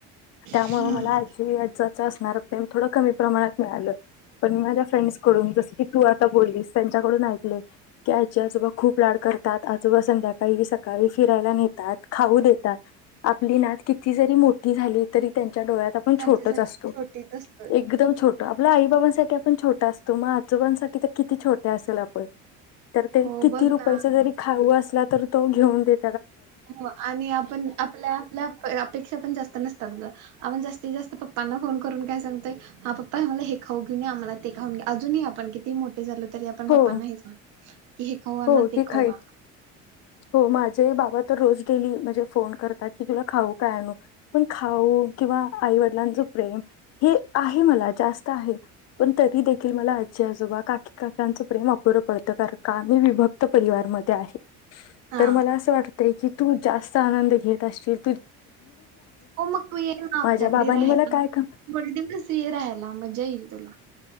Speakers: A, on the left (about 55°); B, on the right (about 70°).
A: त्यामु
B: हम्म
A: मला आजी आजाच असणार प्रेम थोडं कमी प्रमाणात मिळालं पण मी माझ्या फ्रेंडस कडून जस की तू आता बोललीस त्यांच्याकडून ऐकले की आजी आजोबा खूप लाड करतात आजोबा संध्याकाळी सकाळी फिरायला नेतात खाऊ देतात आपली
B: हो
A: नाद किती जरी मोठी झाली तरी त्यां डोळ्यात आपण
B: त्यांच्यासाठी
A: छोटच असतो
B: छोटीच असतोय
A: एकदम छोट आपल्या आई बाबांसाठी आपण छोट असतो तुम्हा उद्योगांसाठी तर कितीछोट ते असेल आपण तर ते
B: हो
A: किती
B: बघ
A: रुपयाच
B: ना
A: जरी खा अस नाहीतर तो घेऊन दे.
B: हो आणि आपण आपल्या आपल्या अपेक्षा पण जास्त नसतात. आपण जास्ती जास्त पप्पांना फोन करून काय सांगतय. हा पप्पा हे आ मला हे खाऊ घेऊे आंम्हाला, ते खाऊ घ अजूनही आपण किती मोठ <unintelligible> झालं तरी आपण पप्पांना
A: हो
B: <unintelligible> कि हे खावा
A: हो
B: ना ते
A: ठीक
B: खावा
A: आहे. हो माझे बाबा तर रोज डेली म्हणजे, फोन करतात. की तुला खाऊ काय आणू पण खाऊ किंवा आई वडिलांच प्रेम हे आहे मला जास्त आहे. पण तरी देखील मला आजी, आजोबा, काकी, काकांच प्रेम बरं पडत कारण काम मी विभक्त परिवार म त्या आहे.
B: हा
A: तर मला असं वाटतय, की तू जास्त आनंद घेत असचील.
B: हो, मग तू ये ना आमच्याकडे
A: माझ्या बाबांनी
B: राहायला,
A: मला काय ख
B: थोडे दिवस ये राहायला मजा येईल तुला.